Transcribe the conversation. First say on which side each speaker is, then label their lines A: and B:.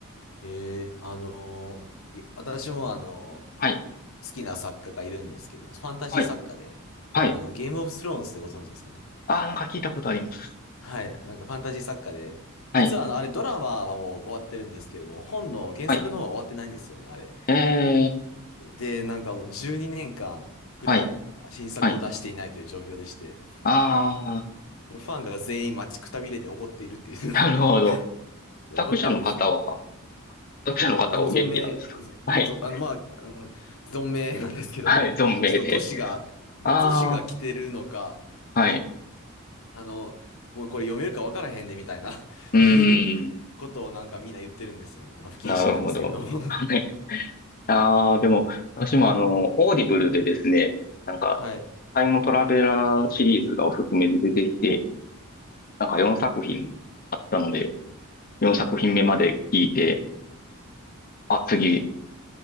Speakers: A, on the left; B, on the left.
A: えー、あのーい私もあのー
B: はい、
A: 好きな作家がいるんですけども、ファンタジー作家で、
B: はい、はい。
A: あの、ゲームオブスローンズでご存知ですかね。
B: ああなんか聞いたことあります。
A: はい、なんかファンタジー作家で、
B: はい、
A: 実はあの、あれドラマはもう終わってるんですけれども、本の原作の方は終わってないんですよね、
B: はい。
A: あれ。
B: えー、
A: で、なんかもう12年間ぐらいあ新作を出していないという状況でして、
B: はい、はい。あ
A: もうファンが全員待ちくたびれて怒っているっていう
B: あなるほど。
A: <laughs> 怒ってるんですよね。
B: 作者の方は、作者の方はお元気なんですかはい。
A: あの、存命、ぞぞあの、まあ、うん、存命なんですけども、
B: <laughs> はい、存命で。
A: ちょっと年が、
B: あ
A: 年が来てるのか、
B: あ、はい。
A: あの、もうこれ読めるかわからへんでみたいな
B: うーん、
A: <laughs> ことをなんかみんな言ってるんですよね。まあ、不謹慎なんですけれども
B: なるほど。はい。ああ、でも、私もあの、オーディブルでですね、なんか、
A: <laughs> はい。
B: タイムトラベラーシリーズがおすすめで出てきて、なんか4作品あったので、4作品目まで聞いて、あ、次、